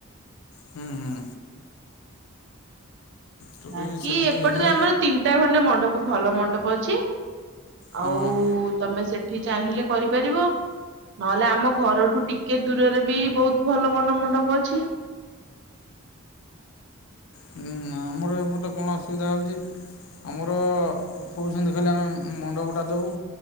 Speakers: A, on the left (about 70°); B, on the right (about 55°).
A: ହୁଁ ହୁଁ। ତ
B: ବାକି
A: ଟିକେ ସେମିତି
B: ଏପଟରେ
A: ହେଲେ
B: ଆମର ତିନିଟା ଖଣ୍ଡେ ମଣ୍ଡପ ଭଲ ମଣ୍ଡପ ଅଛି।
A: ହଁ
B: ଆଉ ତମେ ସେଠି ଚାହିଁଲେ କରିପାରିବ। ନହେଲେ ଆମ ଘରଠୁ ଟିକେ ଦୂରରେ ବି ବହୁତ ଭଲ ଭଲ ମଣ୍ଡପ ଅଛି।
A: ହୁଁ ଆମର ଏପଟେ କଣ ଅସୁବିଧା ହୋଉଚି ଆମର କୋହୁଛନ୍ତି ଖାଲି ଆମେ ମଣ୍ଡପଟା ଦେବୁ।